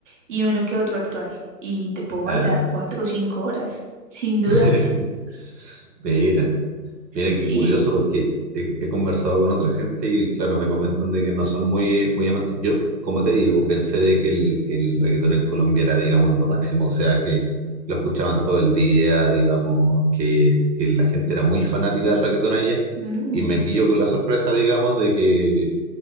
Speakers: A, on the right; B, on the right.
A: y uno que otro actual. Y te puedo
B: Claro.
A: bailar cuatro o cinco horas, sin duda.
B: <laughs> Mira. Mira
A: Sí.
B: qué curioso porque
A: <laughs>
B: he, he conversado con otra gente y claro, me comentan de que no son muy, muy amantes. Yo, como te digo, pensé de que el, el reggaetón en Colombia era, digamos, lo máximo, o sea, que lo escuchaban todo el día, digamos, que, que la gente era muy fanática del reggaetón allá
A: Mm,
B: y me pillo con la sorpresa, digamos, de que